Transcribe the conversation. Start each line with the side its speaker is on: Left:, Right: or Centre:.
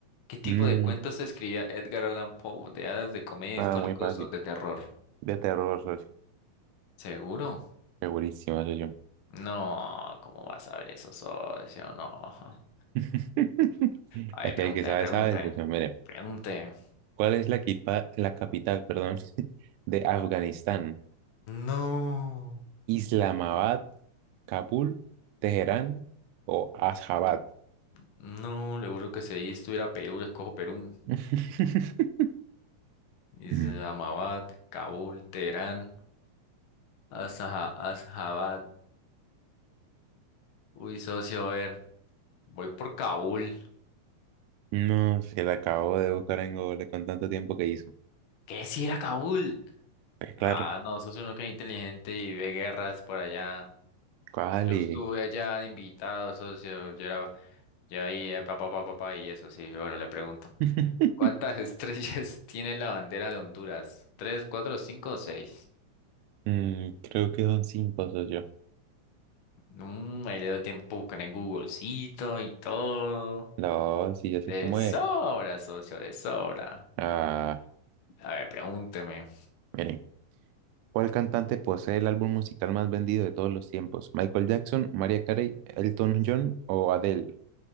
Left: ¿Qué tipo
Right: No,
Left: de cuentos escribía Edgar Allan Poe? ¿De hadas, de comedia,
Right: nada,
Left: históricos
Right: muy fácil.
Left: o de terror?
Right: De terror, socio.
Left: ¿Seguro?
Right: Segurísima, socio.
Left: No, ¿cómo vas a ver eso, socio? No. Ahora,
Right: <laughs>
Left: a
Right: Aquí
Left: ver, pregunte,
Right: hay que sabe,
Left: pregunte,
Right: sabe, socio. Mire,
Left: pregunte.
Right: ¿cuál es la, equipa- la capital, perdón, <laughs> de Afganistán?
Left: No,
Right: ¿Islamabad, Kabul, Teherán o Asjabad?
Left: no, le juro que si ahí estuviera Perú, le escojo Perú.
Right: <laughs>
Left: Y
Right: Mm.
Left: se llamaba Kabul, Teherán, Asaja- Asjabad. Uy, socio, a ver, voy por Kabul.
Right: No, se la acabo de buscar en Google con tanto tiempo que hizo.
Left: ¿Qué si era Kabul?
Right: Pues claro,
Left: Ah, no, socio, uno que es inteligente y ve guerras por allá.
Right: ¿cuál
Left: Yo
Right: y-
Left: estuve allá de invitado, socio. Yo era, yo ahí, eh, pa, pa, pa, pa, pa, y eso, sí. Bueno, le pregunto.
Right: <laughs>
Left: ¿Cuántas <laughs> estrellas tiene la bandera de Honduras? ¿Tres, cuatro, cinco o seis?
Right: Mm, creo que son cinco, soy yo
Left: Mm, ahí le doy tiempo para buscar en Googlecito y todo.
Right: No, sí, ya
Left: De
Right: sé cómo
Left: sobra,
Right: es.
Left: socio, de sobra.
Right: Ah,
Left: A ver, pregúnteme.
Right: miren. ¿Cuál cantante posee el álbum musical más vendido de todos los tiempos? ¿Michael Jackson, Mariah Carey, Elton John o Adele?